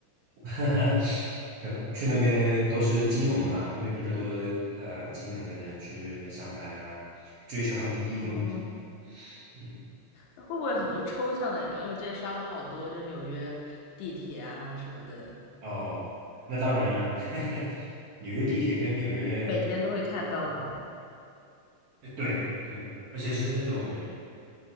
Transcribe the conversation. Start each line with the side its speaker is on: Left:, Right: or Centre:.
Right: <laughs> 可能去那边都是金融的嘛，那边比较多呃金融的人去那边上班啊，追求他们的第一个梦想。
Left: 嗯，
Right: 嗯，
Left: 那会不会很多抽象的人？因为我之前刷到好多，就是纽约地铁啊什么的，
Right: 哦，那当然啊，<laughs> 纽约地铁跟纽约，
Left: 每天都会看到吗？
Right: 呃对对，而且是那种